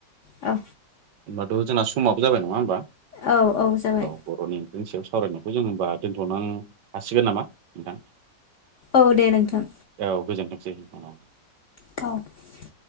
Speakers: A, on the left; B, on the right.
A: अ
B: ओमबाथ' जोंना समाबो जाबाय नङा ओमबा?
A: औ-औ जाबाय
B: बर'नि ओंख्रिनि सायाव सावरायनायखौ जों होमबा दोन्थ'नो हासिगोन नामा नोंथां
A: औ दे नोंथां
B: औ गोजोनथोंसै नोंथां औ।
A: औ